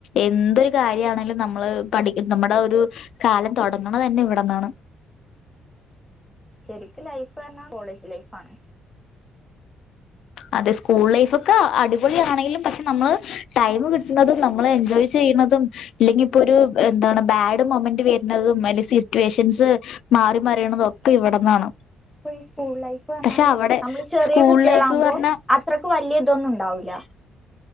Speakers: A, on the left; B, in the centre.
A: എന്തരു കാര്യ ആണെങ്കിലും നമ്മള് പഠി നമ്മൾ മ്മളെ ഒരു കാലം തൊടങ്ങ്ണ തന്നെ ഇവിടന്നാണ്.
B: ശരിക്ക് ലൈഫ് പറഞ്ഞാ കോളേജ് ലൈഫ് ആണ്.
A: അതെ സ്കൂൾ ലൈഫ് ഒക്കെ അടിപൊളിയാണെങ്കിലും പക്ഷെ നമ്മള് ടൈം കിട്ടുന്നതും നമ്മൾ എൻജോയ് ചെയന്നതും ഇല്ലെങ്കി ഇപ്പൊര് എന്താണ് ബാട് മൊമെന്റ് വരുന്നതും അല്ല സിറ്റ്വേഷൻസ് മാറി മറിയണതൊക്കെ ഇവിടന്നാണ്.
B: ഇപ്പൊ ഈ സ്കൂൾ ലൈഫ് പറഞ്ഞാല്
A: പക്ഷെ അവടെ
B: നമ്മള് ചെറിയ
A: സ്കൂൾ
B: കുട്ട്യാള
A: ലൈഫ്
B: ആമ്പോ
A: പറഞ്ഞാ
B: അത്രയ്ക്ക് വല്യ ഇതൊന്നും ഉണ്ടാവൂല്ല